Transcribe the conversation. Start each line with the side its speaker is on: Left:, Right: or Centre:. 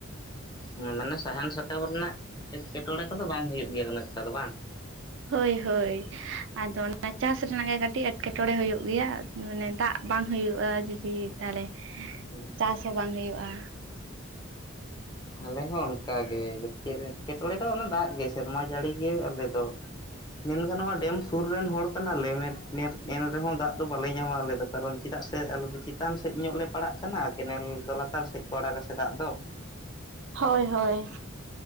Left: ᱦᱮᱸ ᱢᱟᱱᱮ ᱥᱟᱦᱟᱱ ᱥᱟᱠᱟᱢ ᱨᱮᱱᱟᱜ ᱮᱴᱠᱮ ᱴᱚᱬᱮ ᱠᱚ ᱫᱚ ᱵᱟᱝ ᱦᱩᱭᱩᱜ ᱜᱮᱭᱟ ᱩᱱᱟᱹ ᱮᱠᱴᱟ ᱫᱚ ᱵᱟᱝ
Right: ᱦᱳᱭ ᱦᱳᱭ ᱟᱫᱚ ᱚᱱᱟ ᱪᱟᱥ ᱨᱮᱱᱟᱜ ᱜᱮ ᱠᱟᱴᱤ ᱟᱹᱰᱤ ᱮᱴᱠᱮ ᱴᱚᱬᱮ ᱦᱩᱭᱩᱜ ᱜᱮᱭᱟ ᱢᱟᱱᱮ ᱫᱟᱜ ᱵᱟᱝ ᱦᱳᱭᱩᱳᱜ-ᱟ ᱡᱩᱫᱤ ᱛᱟᱦᱚᱞᱮ
Left: ᱟᱞᱮ
Right: ᱪᱟᱥ ᱦᱚᱸ ᱵᱟᱝ ᱦᱳᱭᱳᱜ-ᱟ᱾
Left: ᱟᱞᱮ ᱦᱚᱸ ᱚᱱᱠᱟ ᱜᱮ ᱡᱚ ᱮᱴᱠᱮ ᱴᱚᱬᱮ ᱫᱚ ᱚᱱᱟ ᱫᱟᱜ ᱜᱮ ᱥᱮᱨᱢᱟ ᱡᱟᱹᱲᱤ ᱜᱮ ᱟᱞᱮ ᱫᱚ ᱢᱮᱱ ᱜᱟᱱᱚᱜᱟ ᱰᱮᱢ ᱥᱩᱨ ᱨᱮᱱ ᱦᱚᱲ ᱠᱟᱱᱟᱞᱮ ᱮᱱ ᱨᱮ ᱦᱚᱸ ᱫᱟᱜ ᱫᱚ ᱵᱟᱞᱮ ᱧᱟᱢᱟ ᱟᱞᱮ ᱫᱚ ᱠᱟᱨᱚᱱ ᱪᱮᱫᱟᱜ ᱥᱮ ᱟᱞᱮ ᱫᱚ ᱪᱮᱛᱟᱱ ᱥᱮᱫ ᱧᱚᱜ ᱞᱮ ᱯᱟᱲᱟᱜ ᱠᱟᱱᱟ ᱠᱮᱱᱮᱞ ᱫᱚ ᱞᱟᱛᱟᱨ ᱥᱮᱡ ᱠᱚ ᱟᱲᱟᱜᱟ ᱥᱮ ᱫᱟᱜ ᱫᱚ
Right: ᱦᱳᱭ ᱦᱳᱭ